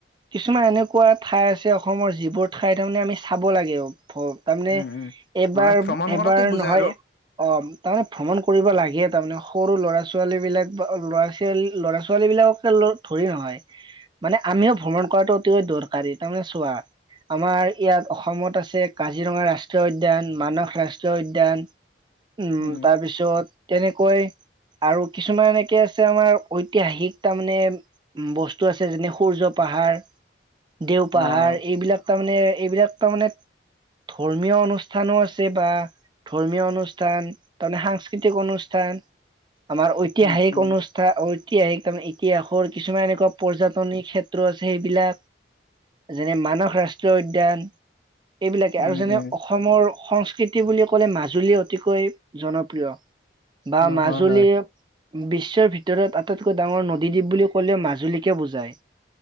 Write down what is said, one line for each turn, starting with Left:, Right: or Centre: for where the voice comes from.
Right: কিছুমান এনেকুৱা ঠাই আছে অসমৰ যিবোৰ ঠাই তাৰমানে ম আমি চাব লাগেও <unintelligible> তাৰমানে
Left: উম, উম।
Right: এবাৰ-এবাৰ
Left: মানে ভ্ৰমণ কৰাটো বুজা
Right: নহয়
Left: আৰু।
Right: অ' তাৰমানে ভ্ৰমণ কৰিব লাগে তাৰমানে স সৰু ল'ৰা-ছোৱালী বিলাক, বা ল'ৰা-ছোৱালী, লৰা-ছোৱালী বিলাককে ধৰি নহয়। মানে আমিও ভ্ৰমণ কৰাটো অতিকৈ দৰকাৰ। পাৰি তাৰমানে চোৱা আমাৰ। ইয়াত অসমত আছে, কাজিৰঙাৰ ৰাষ্ট্ৰ ৰাষ্ট্ৰীয় উদ্যান, মানস ৰাষ্ট্ৰীয় উদ্যান। উম,
Left: উম,
Right: তাৰপিছত তেনেকৈ। আৰু কিছুমান এনেকে আছে আমাৰ। ঐতিহাসিক তাৰ মানে? বস্তু আছে, যেনে সূৰ্য পাহাৰ। দেও পাহাৰ,
Left: অ',
Right: এইবিলাক? তাৰমানে এইবিলাক তাৰমানে ধৰ্মীয় অনুষ্ঠানো আছে, বা ধৰ্মীয় অনুষ্ঠান, তাৰমানে সাংস্কৃতিক অনুষ্ঠান। আমাৰ ঐতিহাসিক
Left: উম, উম,
Right: অনুষ্ঠান, ঐতিহাসিক তাৰমান ইতিহাসৰ কিছুমান এনেকুৱা পৰ্যটনী ক্ষেত্ৰ আছে সেইবিলাক, যেনে মানস ৰাষ্ট্ৰীয় উদ্যান। এইবিলাকে আৰু
Left: উম,
Right: যেনে
Left: উম,
Right: অসমৰ সংস্কৃতি বুলি ক'লে মাজুলী অতিকৈ জনপ্ৰিয় বা
Left: অ',
Right: মাজ
Left: হয়,
Right: <unintelligible>
Left: হয়।
Right: বিশ্বৰ ভিত ভিতৰত আটাইতকৈ ডাঙৰ নদীদ্বীপ বুলি কলিও মাজুলী বুজাই,